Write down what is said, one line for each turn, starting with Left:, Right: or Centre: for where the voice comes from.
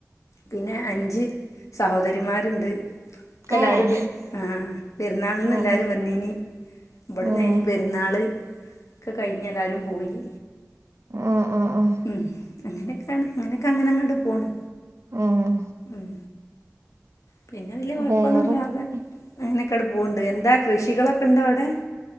Left: പിന്നെ, അഞ്ച് സഹോദരിമാര് ണ്ട്. ക്ക എല്ലാവരും
Right: ഏഹ്
Left: പെ ആ പെരുന്നാള നിന്ന്
Right: ആഹ്
Left: എല്ലാരും വന്നീനി ഇവിടന്ന്അയ്നി
Right: ആഹ് ആഹ്
Left: പെര് പെരുന്നാൾ ഒക്കെ കഴിഞ്ഞ് എല്ലാരും പോയി
Right: ആഹ് ആഹ് ഉം
Left: ഉം അങ്ങനെയൊക്കെയാണ് അങ്ങനെയൊക്കെ അങ്ങനെ അങ്ങട്ട് പോണ്
Right: ഉം
Left: ഉം പിന്നെ വല്യ കുഴപ്പമൊന്നുല്ലാതെ
Right: വേറെന്തൊക്കെ
Left: അങ്ങനെയൊക്കെ അടെ പോവണ്ട് എന്താ കൃഷികളൊക്കെ ഉണ്ടോ അവിടെ